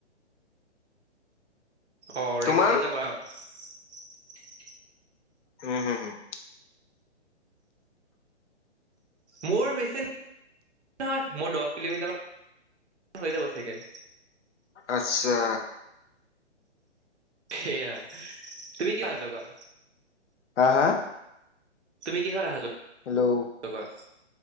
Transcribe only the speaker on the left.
তোমাৰ
উম' হম' হ',
আচ্ছা'।
হা হা
হেল্ল'